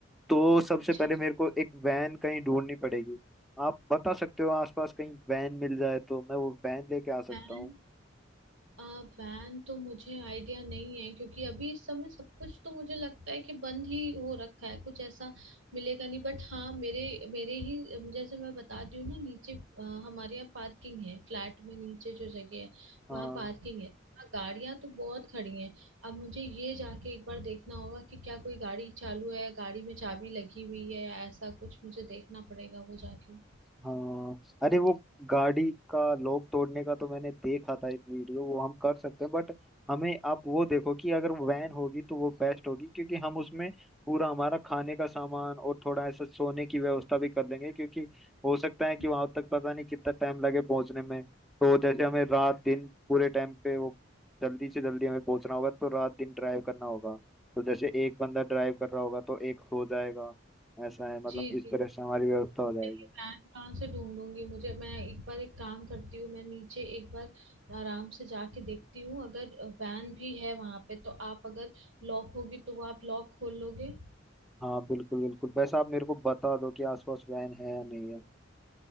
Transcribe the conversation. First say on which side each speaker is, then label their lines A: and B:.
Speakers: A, in the centre; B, on the right.
A: तो सबसे
B: अच्छा
A: पहले मेरे को एक वैन कहीं ढूंढनी पड़ेगी आप बता सकते हो आसपास कहीं वैन मिल जाए तो मैं वो वैन लेके आ सकता
B: प्लान
A: हूँ
B: वैन तो मुझे आइडिया नहीं है क्योंकि अभी इस समय सब कुछ तो मुझे लगता है कि बंद ही हो रखा है कुछ ऐसा मिलेगा नहीं बट हाँ मेरे मेरे ही जैसे मैं बता रही हूँ ना नीचे अ, हमारे यहाँ पार्किंग है फ्लैट में नीचे जो जगह है
A: हाँ
B: वहाँ पार्किंग है हाँ गाड़ियां तो बहुत खड़ी हैं अब मुझे ये जाके एक बार देखना होगा कि क्या कोई गाड़ी चालू है गाड़ी में चाबी लगी हुई है या ऐसा कुछ मुझे देखना पड़ेगा वो जाके
A: हाँ अरे वो गाड़ी का लॉक तोड़ने का तो मैंने देखा था एक वीडियो वो हम कर सकते हैं बट हमें आप वो देखो कि अगर वैन होगी तो वो बेस्ट होगी क्योंकि हम उसमें पूरा हमारा खाने का सामान और थोड़ा ऐसा सोने की व्यवस्था भी कर लेंगे क्योंकि हो सकता है कि
B: हम्म।
A: वहां तक पता नहीं कितना टाइम लगे पहुंचने में तो जैसे हमें रात दिन पूरे टाइम पे वो जल्दी से जल्दी हमें पहुंचना होगा तो रात दिन ड्राइव करना होगा तो जैसे एक बंदा ड्राइव कर रहा होगा तो एक हो जाएगा ऐसा है मतलब
B: जी
A: इस
B: जी
A: तरह से हमारी व्यवस्था हो जाएगी
B: नहीं, मैं ये पैन कहाँ से ढूंढूंगी मुझे मैं एक बार एक काम करती हूँ मैं नीचे एक बार आराम से जाके देखती हूँ अगर वैन भी है वहां पे तो आप अगर लॉक होगी तो वो आप लॉक खोल लोगे
A: हाँ बिल्कुल बिल्कुल बस आप मेरे को बता दो कि आसपास वैन है या नहीं है